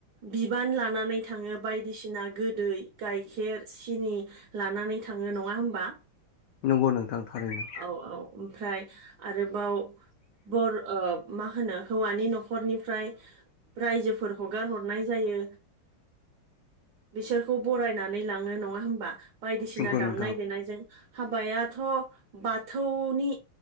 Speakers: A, on the right (about 70°); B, on the left (about 80°).
A: बिबान लानानै थाङो बायदिसिना गोदै गाइखेर सिनि लानानै थाङो नङा होमबा
B: नंगौ नोंथां थारैनो
A: औ औ ओमफ्राय आरोबाव बर ओ मा होनो हौवानि न'खरनिफ्राय रायजोफोर हगार हरनाय जायो। बिसोरखौ बरायनानै लाङो नङा होमबा बायदिसिना
B: नंगौ
A: दामनाय
B: नोंथां
A: देनायजों हाबायाथ' बाथौनि